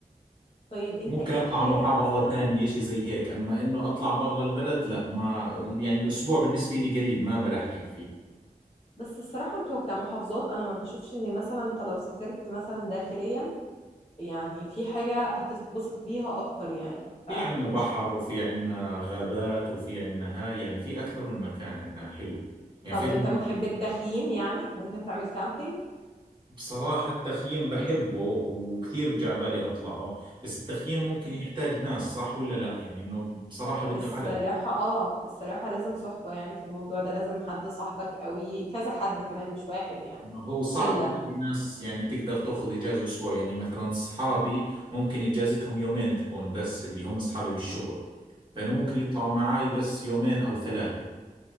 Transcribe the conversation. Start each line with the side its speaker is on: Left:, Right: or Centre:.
Left: طيب انت
Right: ممكن
Left: ايه
Right: اطلع
Left: الحاجه
Right: محافظة
Left: مثلا
Right: ثانية اشي زي هيك اما انه اطلع برا البلد لا ما يعني الاسبوع بالنسبة لي قليل ما بلحق فيه
Left: بس الصراحه انتوا كمحافظات انا ما بشوفش ان مثلا انت لو سافرت مثلا داخليا يعني في حاجة هتتبسط بيها أكتر يعني فمش
Right: في عندنا بحر
Left: حق.
Right: وفي عندنا غابات وفي عندنا هاي يعني في اكثر من مكان عندنا حلو يعني
Left: طب
Right: في عندنا
Left: أنت بتحب
Right: مناطق
Left: التخييم يعني ممكن تعمل كامبينج
Right: بصراحة التخييم بحبه وكثير جعبالي اطلعه بس التخييم ممكن يحتاج ناس صح ولا لا يعني انه بصراحة بده
Left: الصراحة
Right: عدد
Left: آه الصراحة لازم صحبة يعني في الموضوع ده لازم حد صاحبك قوي كذا حد كمان مش واحد يعني
Right: ما هو صعب
Left: شلة
Right: الاقي ناس يعني تقدر تاخذ اجازه اسبوع يعني مثلا اصحابي ممكن اجازتهم يومين تكون بس اللي هم اصحابي بالشغل فانه ممكن يطلعوا معاي بس يومين او ثلاثه